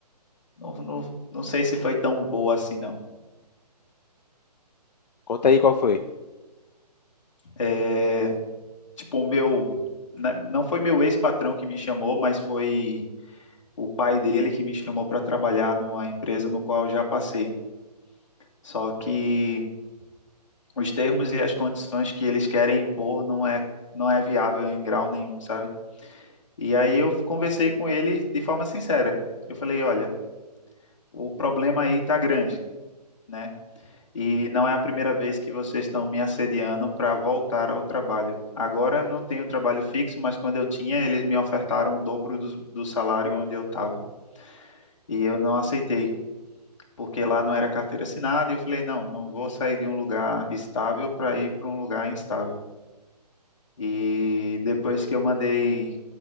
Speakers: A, on the left (about 45°); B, on the left (about 80°).
A: Não, não, não sei se foi tão boa assim, não.
B: Conta aí qual foi.
A: É, tipo, o meu. na- Não foi meu ex-patrão que me chamou, mas foi o pai dele que me chamou para trabalhar numa empresa no qual eu já passei. Só que os termos e as condições que eles querem impor não é, não é viável em grau nenhum, sabe? E aí eu conversei com ele de forma sincera. Eu falei, olha, o problema aí tá grande, né? E não é a primeira vez que vocês estão me assediando para voltar ao trabalho. Agora eu não tenho trabalho fixo, mas quando eu tinha, eles me ofertaram o dobro do, do salário onde eu estava. E eu não aceitei, porque lá não era carteira assinada. E eu falei: não, não vou sair de um lugar estável para ir para um lugar instável. E depois que eu mandei